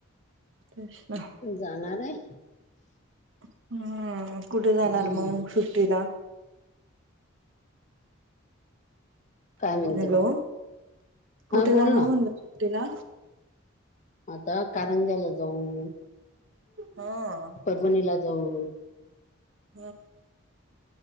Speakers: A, on the right; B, on the left.
A: तेच ना.
B: जाणारय.
A: हम्म कुठे
B: हम्म.
A: जाणार मग सुट्टीला?
B: काय म्हणते
A: हॅलो
B: मग
A: कुठे
B: हा बोल
A: जाणार
B: ना
A: म्हणल सुट्टीला?
B: आता कारंजाला जाऊ
A: हा
B: परभणीला जाऊ.
A: <inaudible>